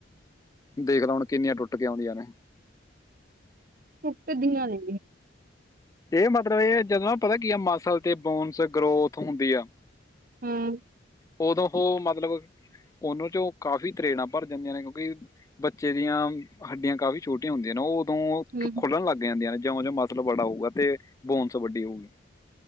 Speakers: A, on the left; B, on the right.
A: ਦੇਖ ਲਾ ਹੁਨ ਕਿੰਨੀਆਂ ਟੁੱਟ ਕੇ ਆਂਦੀਆਂ ਨੇ
B: ਟੁੱਟਦੀਆਂ ਨੇ
A: ਏਹ ਮਤਲਬ ਏਹ ਜਦੋਂ ਪਤਾ ਕੀ ਆ ਮਸਲ ਤੇ ਬੋਨਸ ਗਰੋਥ ਹੁੰਦੀ ਆ
B: ਹੁੰ
A: ਉਦੋਂ ਓ ਮਤਲਬ ਉਹਨੂੰ ਚੋਂ ਕਾਫ਼ੀ ਤਰੇੜਾਂ ਭਰ ਜਾਂਦੀਆਂ ਨੇ ਕਿਉਂਕਿ ਬੱਚੇ ਦੀਆਂ ਹੱਡੀਆਂ ਕਾਫ਼ੀ ਛੋਟੀਆਂ ਹੁੰਦੀਆਂ ਨੇ ਓਹ ਓਦੋਂ
B: ਹੂੰ
A: ਖੁੱਲਣ ਲੱਗ ਜਾਂਦੀਆਂ ਨੇ ਜਿਉਂ ਜਿਉਂ ਮਸਲ ਬੜਾ ਹੋਊਗਾ ਤੇ ਬੋਨਸ ਵੱਡੀ ਹੋਊਗੀ